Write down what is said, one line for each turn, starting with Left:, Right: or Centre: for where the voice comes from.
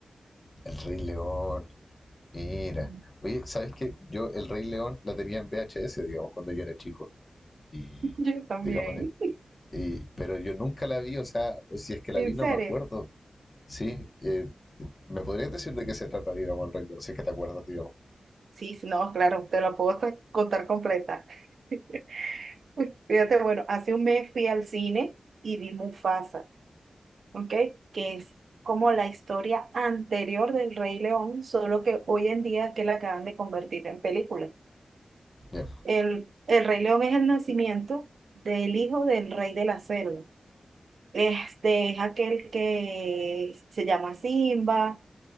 Left: El Rey León. Mira.
Right: <laughs>
Left: Oye, ¿sabes qué? Yo el Rey León la tenía en VHS, digamos, cuando yo era chico. Y,
Right: Yo también.
Left: digamos, en el- y- pero yo nunca la vi, o sea, si es que la
Right: <laughs> ¿En
Left: vi no
Right: serio?
Left: me acuerdo. Sí, eh, ¿me podrías decir de qué se trata, digamos, el Rey León? Si es que te acuerdas, digamos.
Right: Sí, sí, no, claro, te la puedo hasta contar completa. <laughs> Uy, Fíjate, bueno, hace un mes fui al cine y vi Mufasa, ¿ok? Que es como la historia anterior del Rey León, solo que hoy en día es que la acaban de convertir en película.
Left: Ya,
Right: El, el Rey León es el nacimiento del hijo del Rey de la Selva. Este es aquel que se llama Simba,